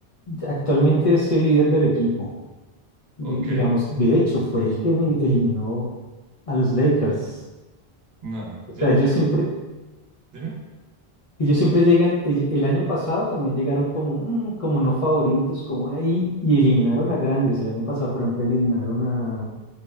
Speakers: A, on the left; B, on the right.
A: actualmente es el líder del equipo. di-
B: Ok,
A: digamos, de hecho fue el que emin- eliminó a los Lakers.
B: no.
A: O
B: Yo,
A: sea, ellos
B: yo,
A: siempre,
B: dime.
A: ellos siempre llegan, el el año pasado también llegaron como, mm, como no favoritos, como ahí, y eliminaron a grandes. El año pasado, por ejemplo, eliminaron a,